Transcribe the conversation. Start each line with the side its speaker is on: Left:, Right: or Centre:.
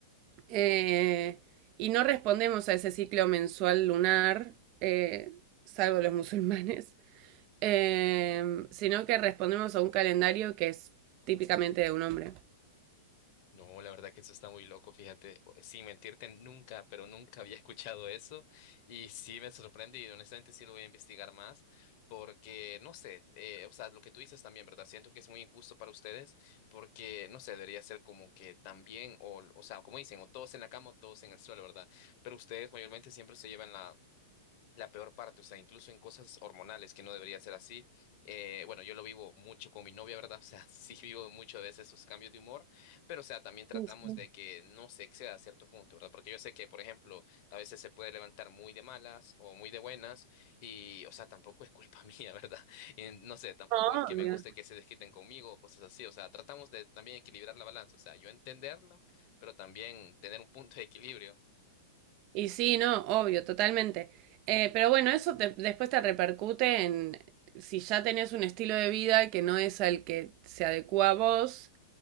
Right: Eh, y no respondemos a ese ciclo mensual lunar, eh, salvo los musulmanes, <laughs> eh, sino que respondemos a un calendario que es típicamente de un hombre.
Left: No, la verdad que eso está muy loco, fíjate, o- sin mentirte, nunca, pero nunca había escuchado eso y sí me sorprende y honestamente sí lo voy a investigar más porque, no sé, eh, o sea, lo que tú dices también, ¿verdad? Siento que es muy injusto para ustedes porque, no sé, debería ser como que también, o, o sea, como dicen, o todos en la cama o todos en el suelo, ¿verdad? Pero ustedes mayormente siempre se llevan la la peor parte, o sea, incluso en cosas hormonales que no debería ser así. Eh, bueno, yo lo vivo mucho con mi novia, ¿verdad? O sea, <laughs> sí vivo mucho a veces sus cambios de humor, pero o sea, también tratamos
Right: Sí, sí.
Left: de que no se exceda a cierto punto, ¿verdad? Porque yo sé que, por ejemplo, a veces se puede levantar muy de malas o muy de buenas y, o sea, tampoco es culpa <laughs> mía, ¿verdad? Y no sé, tampoco
Right: Obvio.
Left: es que me guste que se desquiten conmigo o cosas así, o sea, tratamos de también equilibrar la balanza, o sea, yo entenderla, pero también tener un punto de equilibrio.
Right: Y sí, no, obvio, totalmente. Eh, pero bueno, eso te- después te repercute en si ya tenés un estilo de vida que no es al que se adecua a vos,